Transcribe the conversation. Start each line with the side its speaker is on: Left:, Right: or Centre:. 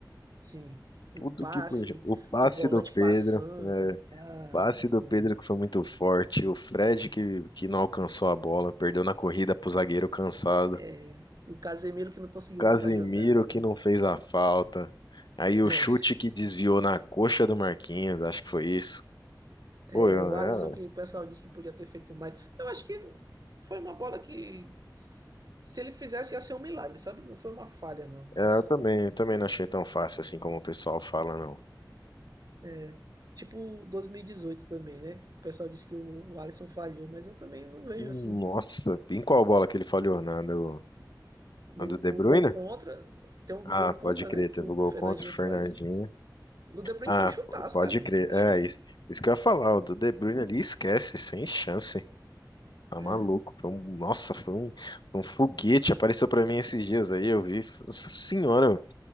Right: Sim, o
Left: Tudo
Right: passe,
Left: que podia. O passe
Right: o volante
Left: do Pedro,
Right: passando.
Left: o
Right: Ah.
Left: passe do
Right: não.
Left: Pedro que foi muito forte, o Fred que, que não alcançou a bola, perdeu na corrida pro zagueiro cansado.
Right: É, o Casemiro que não conseguiu
Left: Casemiro
Right: matar a jogada.
Left: que não fez a falta. Aí o
Right: É,
Left: chute que desviou na coxa do Marquinhos, acho que foi isso.
Right: é,
Left: Pô, eu,
Right: o Alisson que
Left: é-
Right: o pessoal disse que podia ter feito mais. Eu acho que foi uma bola que, se ele fizesse, ia ser um milagre, sabe? Não foi uma falha, não. Mas,
Left: é, eu também, eu também não achei tão fácil assim como o pessoal fala, não.
Right: é, tipo 2018 também, né? O pessoal disse que o, o Alisson falhou, mas eu também não vejo
Left: Nossa,
Right: assim.
Left: em qual bola que ele falhou? Na do,
Right: No-
Left: na do De
Right: o
Left: Bruyne?
Right: gol contra, tem um
Left: Ah,
Right: gol contra,
Left: pode crer,
Right: né? Que
Left: teve
Right: o
Left: o gol
Right: Fernandinho
Left: contra o
Right: faz.
Left: Fernandinho.
Right: O do De Bruyne
Left: Ah,
Right: foi um chutaço,
Left: p- pode
Right: cara.
Left: crer,
Right: Acho
Left: é
Right: que.
Left: isso. Isso que eu ia falar, o do De Bruyne ali esquece, sem chance. Tá
Right: Né?
Left: maluco. Foi um- nossa, foi um, foi um foguete. Apareceu pra mim esses dias aí, eu vi. Nossa senhora,